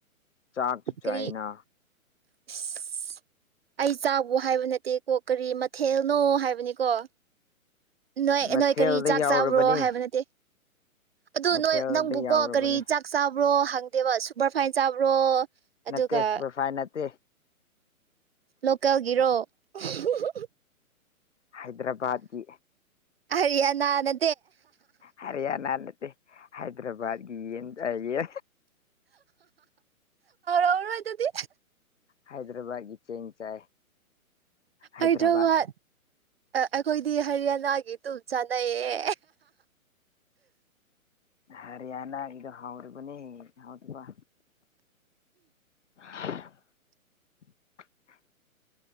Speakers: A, on the left; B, on the right.
A: ꯆꯥꯛꯁꯨ ꯆꯥꯏꯌꯦꯅ
B: ꯀꯔꯤ ꯏꯁ ꯑꯩ ꯆꯥꯕ ꯍꯥꯏꯕ ꯅꯠꯇꯦ ꯀꯣ ꯀꯔꯤ ꯃꯊꯦꯜꯅꯣ ꯍꯥꯏꯕꯅꯤꯀꯣ ꯅꯣꯏ
A: ꯃꯊꯦꯜꯗ
B: ꯅꯣꯏ ꯀꯔꯤ ꯆꯥꯛ
A: ꯌꯥꯎꯔꯕꯅꯤ
B: ꯆꯥꯕ꯭ꯔꯣ ꯍꯥꯏꯕ ꯅꯠꯇꯦ ꯑꯗꯨ
A: ꯃꯊꯦꯜꯗ
B: ꯅꯣꯏ ꯅꯪꯕꯨ
A: ꯌꯥꯎꯔꯕꯅꯤ
B: ꯀꯣ ꯀꯔꯤ ꯆꯥꯛ ꯆꯥ ꯆꯥꯕ꯭ꯔꯣ ꯍꯡꯗꯦꯕ ꯁꯨꯄꯔ ꯐꯥꯏꯟ ꯆꯥꯕ꯭ꯔꯣ ꯑꯗꯨꯒ
A: ꯅꯠꯇꯦ ꯁꯨꯄꯔ ꯐꯥꯏꯟ ꯅꯠꯇꯦ
B: ꯂꯣꯀꯦꯜꯒꯤꯔꯣ <unintelligible>
A: ꯍꯥꯏꯗ꯭ꯔꯕꯥꯠꯀꯤ
B: ꯍꯌꯥꯅꯥ ꯅ
A: ꯍꯔꯤꯌꯥꯅꯥ ꯅꯠꯇꯦ ꯍꯩꯗ꯭ꯔꯕꯥꯗꯒꯤ ꯌꯦꯟ ꯍꯥꯏꯒꯤꯌꯦ
B: ꯍꯥꯎꯔꯣꯏ ꯑꯗꯨꯗꯤ
A: ꯍꯥꯏꯗ꯭ꯔꯕꯥꯠꯀꯤ ꯆꯦꯡ ꯆꯥꯏ ꯍꯥꯏꯗ꯭ꯔꯕꯥꯠ
B: ꯍꯗ꯭ꯔꯕꯥ ꯑꯩꯈꯣꯏꯗꯤ ꯍꯔꯤꯌꯥꯅꯥꯒꯤ ꯇꯨꯝꯝ ꯆꯥꯟꯅꯩꯌꯦ
A: ꯍꯔꯤꯌꯥꯅꯥ ꯏ ꯍꯧꯥꯎꯔꯤꯕꯅꯤ ꯍꯥꯎꯗꯄꯥ <inaudible>